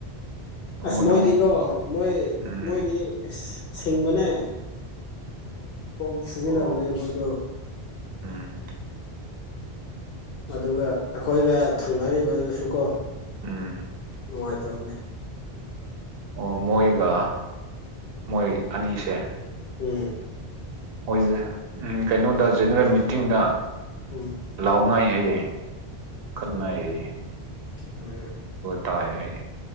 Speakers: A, on the right; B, on the left.
A: ꯑꯣ
B: ꯑꯁ ꯃꯣꯏꯗꯤꯀꯣ
A: ꯅꯪ
B: ꯃꯣꯏ
A: ꯎꯝ
B: ꯃꯣꯏꯗꯤ ꯁꯤꯡꯕꯅꯦ ꯀꯣꯛ ꯁꯤꯖꯤꯟꯅꯕꯅꯦ
A: ꯑꯣ
B: ꯃꯣꯏꯗꯣ
A: ꯎꯝ
B: ꯑꯗꯨꯒ ꯑꯩꯈꯣꯏꯒ ꯊꯪꯅꯔꯤꯕꯗꯨꯁꯨ ꯀꯣ
A: ꯎꯝ <inaudible>
B: ꯅꯨꯡꯉꯥꯏ ꯇꯕꯅꯦ
A: ꯑꯣ ꯃꯣꯏꯒ ꯃꯣꯏ ꯑꯅꯤꯁꯦ
B: ꯎꯝ <inaudible>
A: ꯍꯁꯦ ꯎꯝ ꯀꯩꯅꯣꯗ ꯖꯦꯅꯔꯦꯜ ꯃꯤꯇꯤꯡꯗ
B: ꯎꯝ
A: ꯂꯥꯎꯅꯥꯏ ꯍꯌꯦꯡ ꯈꯔꯅꯥ ꯂꯩꯏ
B: ꯎꯝ
A: ꯇꯥꯏ